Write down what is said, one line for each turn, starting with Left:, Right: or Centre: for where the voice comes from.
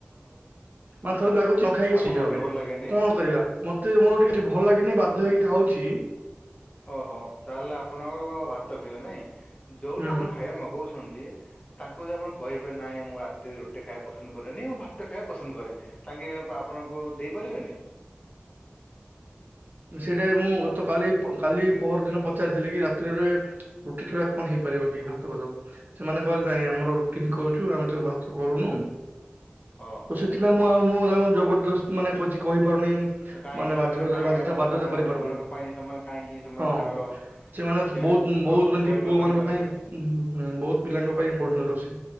Right: ମତେ ତ ଲାଗୁଚି ନଖାଇକି
Left: ଆପଣଙ୍କୁ
Right: ଶୋଇଜିବା
Left: ରୁଟି
Right: ପାଇଁ
Left: ଭଲ ଲାଗେନି
Right: କଣ କରିବା ମତେ ମୋର ଟିକେ ରୁଟି ଭଲ୍ ଲାଗେନି ବାଧ୍ୟ ହେଇକି ଖାଉଚି।
Left: ଓହୋ ତାହେଲେ ଆପଣଙ୍କ ଭାତ ପ୍ରିୟ ନାଇଁ। ଯୋଉଠୁ
Right: ହୁଁ।
Left: ଆପଣ ଖାଇବା ମଗଉଛନ୍ତି ତାଙ୍କୁ ଯଦି ଆପଣ କହିବେ ନାଇଁ ମୁଁ ରାତିରେ ରୁଟି ଖାଇବା ପସନ୍ଦ କରେନି ମୁଁ ଭାତ ଖାଇବାକୁ ପସନ୍ଦ କରେ। ତାଙ୍କେ ଆପଣଙ୍କୁ ଦେଇପାରିବେନି?
Right: ସେଇଟା ମୁଁ ଗତ କାଲି କାଲି ପଅର ଦିନ ପଚାରିଥିଲି କି ରାତ୍ରି ରେ ରୁଟି ଛଡା କଣ ହେଇପାରିବ କି ଭାତ ଫାତ। ସେମାନେ କହିଲେ ନାଇଁ ଆମର ରୁଟି ହିଁ କରୁଚୁ ଆମେ ତ ଭାତ କରୁନୁ
Left: ଓହୋ
Right: ତ ସେଥିପାଇଁ ମୁଁ ଆଉ ମୁଁ ତାଙ୍କୁ ଜବରଦସ୍ତ ମାନେ କିଛି କହିପାରୁନି।
Left: କାହିଁକି
Right: ମାନେ
Left: ସେମାନେ
Right: ବାଧ୍ୟ
Left: କାହିଁକି
Right: ବାଧ୍ୟତା
Left: ଆ ଆପଣ
Right: ବାଧ୍ୟତା
Left: ଆପଣଙ୍କ
Right: କରିପାରୁନି
Left: ଜଣଙ୍କ ପାଇଁ ସେମାନେ କାହିଁକି ସେମାନେ
Right: ହଁ।
Left: ତାଙ୍କର
Right: ସେମାନେ
Left: ଚେଞ୍ଜ
Right: ବହୁତ ବହୁତ
Left: ହଁ
Right: ଏମିତି
Left: ପରିବର୍ତ୍ତନ
Right: ପୁଅ ମାନଙ୍କ
Left: କରିବେ।
Right: ପାଇଁ ଉଁ, ହୁଁ ବହୁତ ପିଲାଙ୍କ ପାଇଁ କରୁଚନ୍ତି ରୋଷେଇ।